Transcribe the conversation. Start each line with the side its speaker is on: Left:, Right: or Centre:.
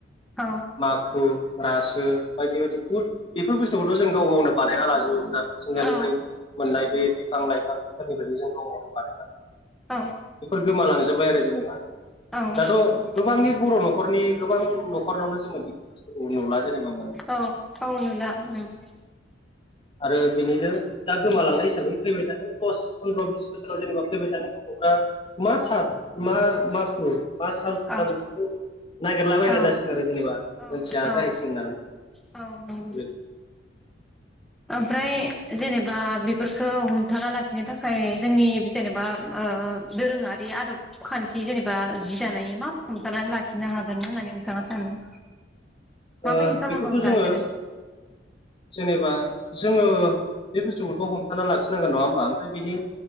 Centre: औ
Left: माखु रासो बायदि बायदि बुहुद बेफोर बुस्थुखौथ' जों गाव गावनो बानायना लाजो। जाबोमोन आरो मिथिंगानिफ्राय
Centre: औ
Left: मोननाय बे बिफां लाइफांफोरनि बायदि जों <unintelligible>
Centre: औ
Left: बेफोर गोमालांजोबबाय आरो जेनेबा
Centre: औ
Left: दाथ' गोबांनि बर' न' खरनि गोबां न'खरनावनो जोङो बे बस्थुखौ नुला जेनेबा मोनला
Centre: औ औ नुला उम
Left: आरो बिनिनो दा गोमालांनाय हिसाबै फैबाय थानाय दस फन्द्र' बिस बोसोराव जेनेबा फैबाय थानाय गथ'फ्रा मा थार मा माखु मा साल खुन्था
Centre: औ
Left: बेफोरखौ नागिरला बायग्रा
Centre: औ
Left: जासिगोन आरो जेनेबा
Centre: औ
Left: मोनथिया
Centre: औ
Left: जाहैसिगोन नालाय
Centre: औ नंगौ
Left: बेदि
Centre: ओमफ्राय जेनेबा बेफोरखौ हमथाना लाखिनो थाखाय जोंनि जेनेबा मा ओ दोरोङारि आदब खान्थि जेनेबा जि दानायनि मा हमथानानै लाखिनो हागोन होननानै थाङा सानो माबायदि
Left: ओ
Centre: खालामोब्ला
Left: बेखौथ' जोङो
Centre: जेनेबा
Left: जेनेबा जोङो बे बुस्थुखौथ' हमथाना लाखिनांगोन नङा होमबा? फ्राय बिनि